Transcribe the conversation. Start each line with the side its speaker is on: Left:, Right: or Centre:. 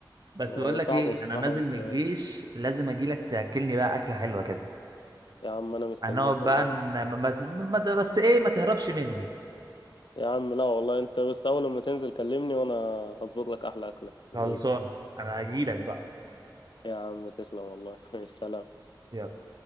Right: بس
Left: آه،
Right: بقول لك
Left: صعبة
Right: ايه
Left: بصراحة
Right: انا نازل
Left: بس
Right: من الجيش
Left: آه،
Right: لازم اجي لك تاكلني بقى اكله حلوه كده
Left: يا عم انا مستنيك
Right: هنقعد
Left: والله
Right: بقى ن- ما ما ما- بس ايه ما تهربش مني
Left: يا عم لا والله انت بس اول ما تنزل كلمني وانا هظبط لك احلى اكله
Right: خلصانه
Left: من ايدي
Right: انا هجي لك بقى
Left: يا عم تسلم والله <laughs> سلام
Right: يلا.